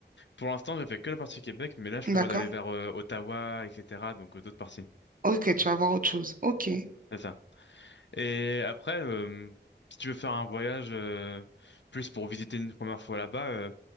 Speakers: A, on the left; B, on the right.
A: Pour l'instant j'ai fait que la partie Québec mais là je
B: D'accord.
A: prévois d'aller vers euh, Ottawa etc. donc euh, d'autres parties.
B: Ok, tu vas voir autre chose. Ok.
A: C'est ça. Et après, euh, si tu veux faire un voyage euh, plus pour visiter une première fois là-bas, euh,